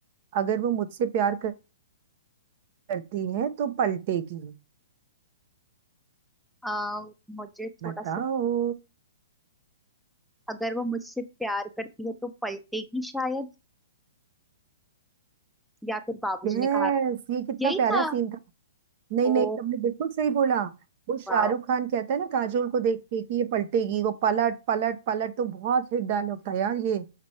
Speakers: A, on the right; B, in the centre.
A: अगर वो मुझसे प्यार कर- करती है तो पलटेगी
B: आ, मुझे थोड़ा
A: बताओ
B: सा अगर वो मुझसे प्यार करती है तो पलटेगी शायद या फिर बाबूजी
A: यस
B: ने कहा
A: ये कितना
B: यही
A: प्यारा
B: था
A: सीन था नहीं
B: ओ
A: नहीं तुमने बिल्कुल सही बोला वो शाहरुख
B: वाह
A: खान कहता है ना काजोल को देख के कि ये पलटेगी वो पलट पलट पलट तो बहुत हिट डायलॉग था यार ये